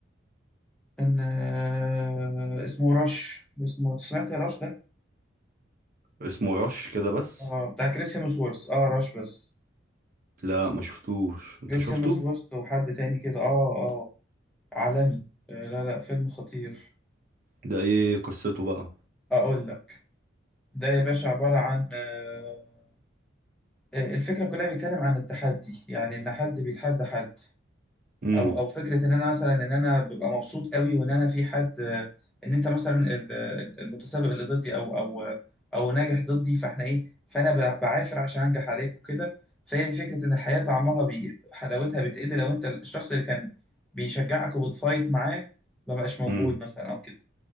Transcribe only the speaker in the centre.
ان آه، اسمه رش اسمه سمعت يا رش ده
اه بتاع كريس هيمسورث اه رش بس
كريس
هيمسورث وحد تاني كده اه اه عالمي آه لا لا فيلم خطير
اقول لك ده يا باشا عبارة عن آه آه، الفكرة كلها بيتكلم عن التحدي يعني ان حد بيتحدى حد
او او فكره ان انا مثلا ان انا ببقى مبسوط قوي وان انا في حد آه، ان انت مثلا ال- ال- المتسابق اللي ضدي او او او ناجح ضدي فاحنا ايه فانا ب- بعافر عشان انجح عليك وكده فهي فكره ان الحياه طعمها بي حلاوتها بتقل لو انت الشخص اللي كان بيشجعك وبتفايت معاه ما بقاش موجود
مثلا او كده